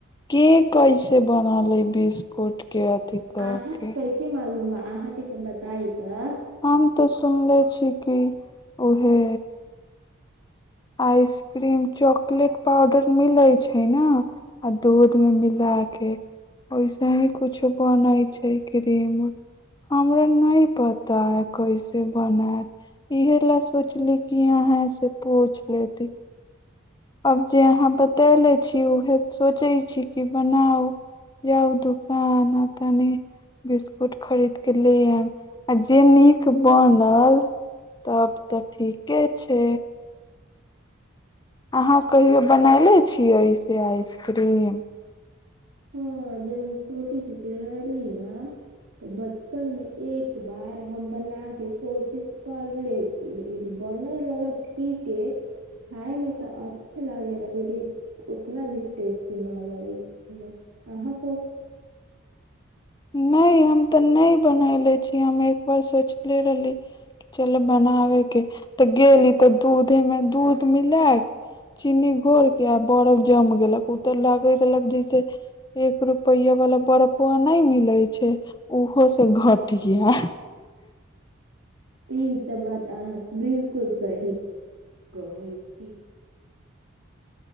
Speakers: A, on the left; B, on the right.
A: के कैसे बनालै बिस्कुट के अथि कऽ
B: अहाँके
A: के
B: कैसे मालूम बा अहाँ के बताई त
A: हम तऽ सुनले छी कि उहे आइसक्रीम चॉकलेट पाउडर मिलै छैय न आ दूध मे मिलाके ओहिसे ही कुछो बनै छैय क्रीम उ हमरा नहि पता कैसे बनायत इहेलए सोचली कि अहाँ से पूछ लेती आब जे अहाँ बतले छी उहे सोचै छी कि बनाउ जाउ दुकान आ तनि बिस्कुट खरीदके ले आयब आ जे नीक बनल तब तऽ ठीक के छे अहाँ कहियो बनायले छियै एसे आइसक्रीम
B: हँ जब हम छोटी जीके रहली ने तऽ बचपनमे एक बार हम बनाके कोशिश करले छी लेकिन बनल रहलक ठीके कऽ खायमे तऽ अच्छे लागेला लेकिन उतना भी टेस्टी न लगै ह- अहाँ
A: नहि हम तऽ नहि बनले छी हम एक बार सोचले रहली कि चल बनाबेके तऽ गेली तऽ दूधे मे दूध मिलाके चीनी घोर के आ बर्फ जम गेलक उ त लागे रहलक जैसे एक रुपया वला बरफुआ नहि मिले छै उहो से घटिया
B: ई तऽ बात अहाँ बिल्कुल सही कहै छी